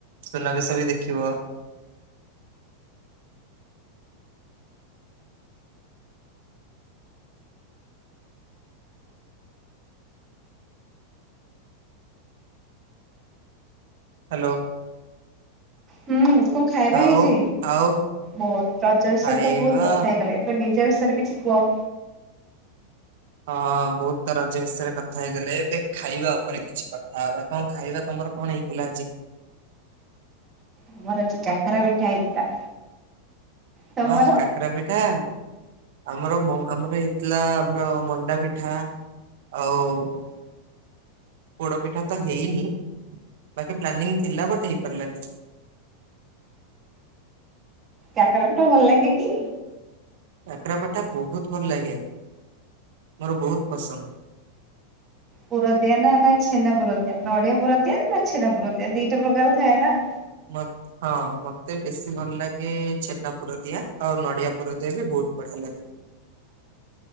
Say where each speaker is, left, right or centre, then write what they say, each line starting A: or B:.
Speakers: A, on the right (about 70°); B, on the right (about 25°).
A: ସୁନାବେଶ ବି ଦେଖିବ। ହ୍ୟାଲୋ।
B: ହୁଁ କଣ ଖାଇବା
A: ଆଉ
B: ହେଇଛି
A: ଆଉ
B: ବହୁତ ରଜ ବିଷୟରେ
A: ଖାଇବା
B: ତ ବହୁତ କଥା ହେଇ ଗଲେ ଏବେ ନିଜ ବିଷୟରେ କିଛି କୁହ।
A: ହଁ ବହୁତ ତ ରଜ ବିଷୟରେ କଥା ହେଇଗଲେ ଏବେ ଖାଇବା ଉପରେ କିଛି କଥା ହବା। କଣ ଖାଇବା ତମର କଣ ହେଇଥିଲା ଆଜି?
B: ଆମର ଆଜି କାକରା ପିଠା ହେଇଥିଲା। ତମର
A: ବାହା କାକରା ପିଠା। ଆମର ମୋ ଆମର ହେଇଥିଲା ଆମର ମଣ୍ଡା ପିଠା। ଆଉ ପୋଡ ପିଠା ତ ହେଇନି ବାକି ପ୍ଲାନିଂ ଥିଲା ବଟ ହେଇପାରିଲାନି।
B: କାକରା ପିଠା ଭଲ ଲାଗେ କି?
A: କାକରା ପଠା ବହୁତ ଭଲ ଲାଗେ ମୋର ବହୁତ ପସନ୍ଦ।
B: ପୁର ଦିଆ ନା ନା ଛେନା ପୁର ଦିଆ ନଡିଆ ପୁର ଦିଆ ନା ଛେନା ପୁର ଦିଆ ଦିଇଟା ପ୍ରକାର ଥାଏ ନା?
A: ମତ୍ ହଁ ମତେ ବେଶୀ ଭଲ ଲାଗେ ଛେନା ପୁର ଦିଆ ଆଉ ନଡ଼ିଆ ପୁର ଦିଆ ବି ବୋହୁତ ବଢିଆ ଲାଗେ।